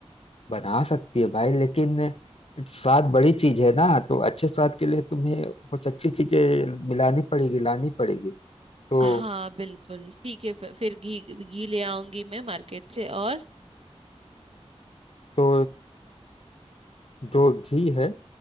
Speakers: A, on the left (about 60°); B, on the right (about 60°).
A: बना सकती है भाई लेकिन स्वाद बड़ी चीज है ना तो अच्छे स्वाद के लिए तुम्हें कुछ अच्छी चीजें मिलानी पड़ेगी लानी पड़ेगी तो
B: हाँ बिल्कुल ठीक है फिर फिर घी घी ले आऊंगी मैं मार्केट से और
A: तो जो घी है